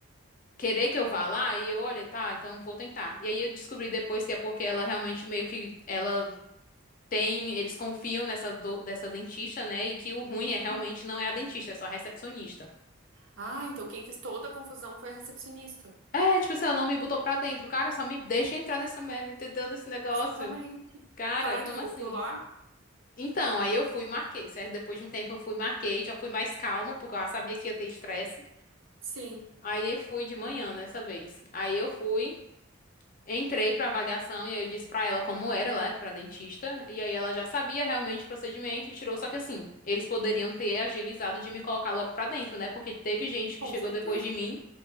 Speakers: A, on the left (about 40°); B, on the right (about 70°).
A: querer que eu vá lá e eu, olha, tá, então vou tentar. E aí eu descobri depois que é porque ela realmente meio que ela tem, eles confiam nessa do- dessa dentista, né? E que o ruim é realmente
B: Uhum.
A: não é a dentista, é só a recepcionista.
B: Ah, então quem fez toda a confusão foi a recepcionista.
A: É, tipo assim, ela não me botou pra dentro, cara, só me deixa entrar nessa merda, entendeu? Nesse negócio.
B: Exatamente.
A: Cara,
B: Tá, e
A: como
B: tu voltou
A: assim?
B: lá?
A: Então, aí eu fui e marquei, certo? Depois de um tempo eu fui e marquei, já fui mais calma, porque eu já sabia que ia ter estresse.
B: Sim,
A: Aí eu fui de manhã nessa vez. Aí eu fui. Entrei pra avaliação e aí eu disse pra ela como era lá, pra dentista, e aí ela já sabia realmente o procedimento, tirou, só que assim, eles poderiam ter agilizado de me colocar logo pra dentro, né? Porque teve gente
B: com
A: que chegou
B: certeza.
A: depois de mim